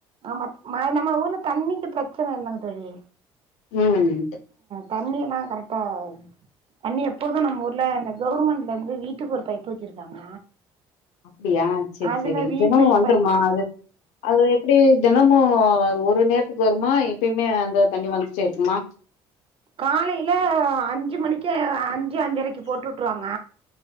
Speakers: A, on the right (about 50°); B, on the left (about 75°).
A: ஆமா மா நம்ம ஊர்ல தண்ணிக்கு ப்ரச்சன இல்லங்க தோழி
B: ம்
A: தண்ணிலா கரெக்டா தண்ணி எப்போதூ நம்மூர்ல இந்த கவுவர்மெண்ட்லேந்து வீட்டுக்கு ஒரு பைப்பு வச்சிருக்காங்க
B: அப்டியா செர்
A: அதுல
B: செரி
A: வீட்லயு
B: தினோ வந்துருமா
A: பைப்
B: அது அது எப்டி தெனமோ ஒரு நேரத்துக்கு வருமா எப்பய்மே அந்த தண்ணி வந்துட்டேருக்குமா
A: காலையில அஞ்சு மணிக்கு அஞ்சு அஞ்சரைக்கு போட்டு வுட்டுருவாங்க